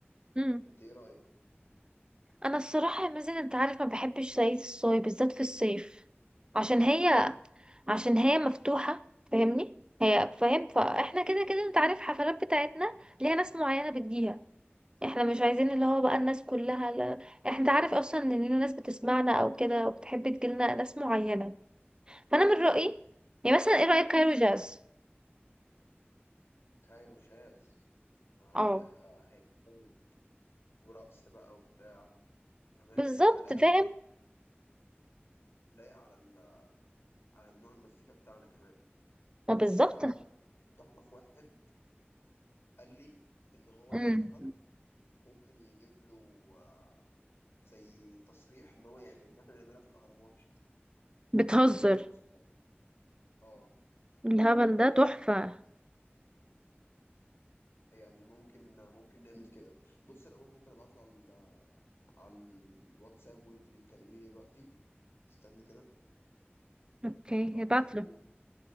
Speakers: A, on the right; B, on the left.
A: امم
B: انت ايه رأيك
A: انا الصراحه يا مازن انت عارف ما بحبش زيت الصويا بالذات في الصيف عشان هي عشان هي مفتوحه فاهمني هي فاهم فاحنا كده كده انت عارف الحفلات بتاعتنا ليها ناس معينه بتجيها احنا مش عايزين
B: اه
A: اللي هو بقى الناس كلها لا. احنا انت عارف اصلا ان لينا ناس بتسمعنا او كده وبتحب تجيلنا ناس معينه فانا من رايي يعني مثلا ايه رايك كايرو جاز
B: كايرو جاز اه
A: اه
B: ده ه- هيبقى جامد ورقص بقى وبتاع تمام
A: بالظبط
B: ده لايق على
A: فاهم
B: لايق على ال... على النوع المزيكا بتاعنا كمان بس
A: ما بالظبط
B: انا كنت اعرف واحد قال لي ان هو
A: امم
B: يعرف حد ممكن يجيب له آه، زي تصريح ان هو يعني ان احنا نعملها في الاهرامات
A: بتهزر
B: عند هرم سقط اه
A: الهبل ده تحفة
B: فأنا يعني ممكن ممكن نعمل كده بص انا عموماً ممكن ابعت له على ال- على الواتساب وانت بتكلميه دلوقتي استني كده
A: اوكي
B: انا بعت
A: هبعتله
B: له